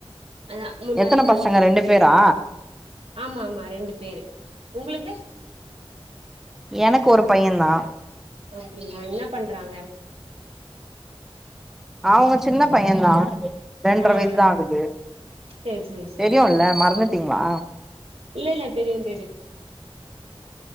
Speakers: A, on the right; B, in the centre.
A: அ அதா முன்னாடியே
B: எத்தன
A: பண்ணி
B: பசங்க
A: வச்சு
B: ரெண்டு பேரா
A: ஆமாமா ரெண்டு பேரு உங்ளுக்கு
B: எனக்கு ஒரு பையந் தா
A: அப்டியா என்ன பண்றாங்க
B: அவுங்க சின்ன பையந் தா ரென்ற
A: ம்
B: வயசு தா ஆகுது
A: சேரி சேரி சேரி
B: தெரியுல
A: சேரி
B: மறந்து ப்டீங்ளா
A: இல்ல இல்ல தெரியு தெரியு